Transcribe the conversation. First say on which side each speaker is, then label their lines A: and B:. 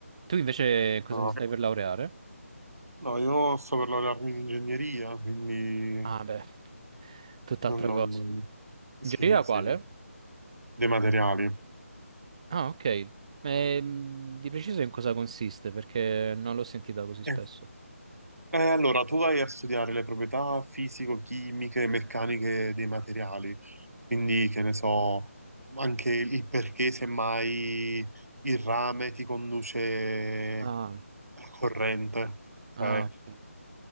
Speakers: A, on the right; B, on the right.
A: Tu invece cosa
B: no.
A: ti stai per laureare?
B: No, io sto per laurearmi in ingegneria, quindi
A: Ah, beh, tutt'altra
B: non, non-
A: cosa.
B: sì,
A: Ingegneria
B: sì,
A: quale?
B: dei materiali.
A: Ah, ok. Ehm, di preciso in cosa consiste? Perché non l'ho sentita così spesso.
B: Eh, Eh, allora, tu vai a studiare le proprietà fisico-chimiche e meccaniche
A: Mm.
B: dei materiali, quindi che ne so, anche il perché semmai il rame ti conduce
A: Ah,
B: la corrente, cioè
A: ah, ok.